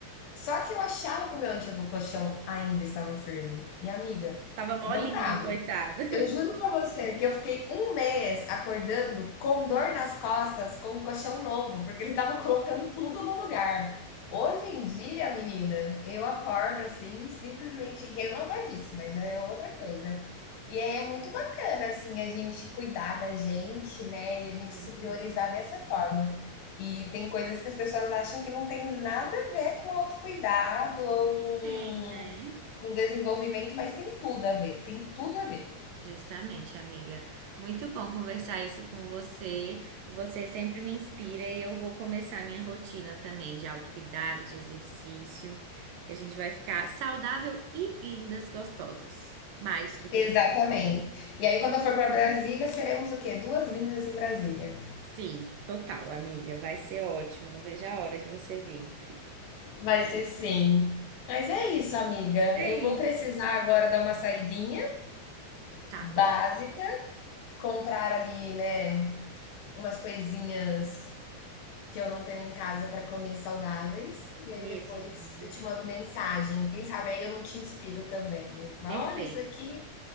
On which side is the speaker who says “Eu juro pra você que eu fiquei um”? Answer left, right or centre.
Left